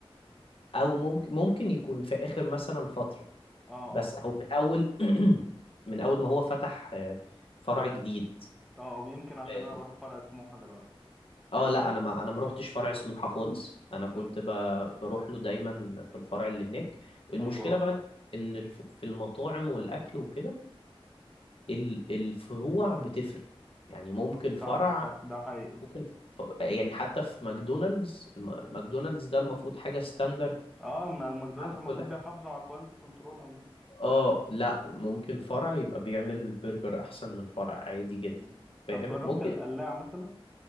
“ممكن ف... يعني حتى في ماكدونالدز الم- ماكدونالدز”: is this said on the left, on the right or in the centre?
Left